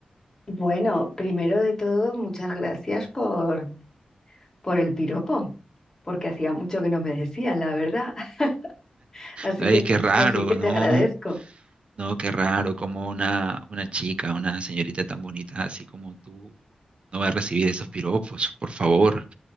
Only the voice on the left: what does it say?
Bueno, primero de todo, muchas gracias por, por el piropo, porque hacía mucho que no me decían, la verdad. <laughs> Así
que,
así que te
agradezco.